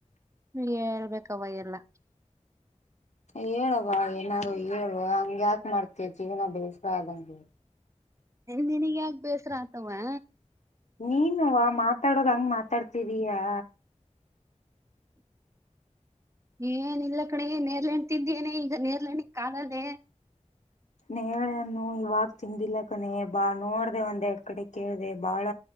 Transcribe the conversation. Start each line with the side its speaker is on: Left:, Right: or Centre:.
Right: ಹೇಳ್ಬೇಕವ್ವ ಎಲ್ಲ.
Left: ಹೇಳವ್ವ ಏನಾದ್ರು ಹೇಳುವ ಹಂಗ್ಯಾಕ ಮಾಡ್ತಿ ಜೀವನ ಬೇಸರ ಆದಂಗೆ.
Right: ನಿನಿಗ್ ಯಾಕ್ ಬೇಸರ ಆತವ್ವಾ,
Left: ನೀನುವ್ವ ಮಾತಾಡೋದ್ ಹಂಗ್ ಮಾತಾಡ್ತಿದಿ. ದಿಯಾ
Right: <inaudible> ಏನ್ ಇಲ್ಲ ಕಣೆ ನೇ ನೇರಳೆಣ್ಣ ತಿಂದ್ಯನೇ ಈಗ ನೇರಳೆಹಣ್ಣಿನ ಕಾಲನೇ
Left: ನೇರಳೆ ಹಣ್ಣು ಇವಾಗ ತಿಂದಿಲ್ಲಕಣೆ ಬಾ ನೋಡ್ದೆ ಒಂದೆರಡ್ ಕಡೆ ಕೇಳ್ದೆ ಬಾಳ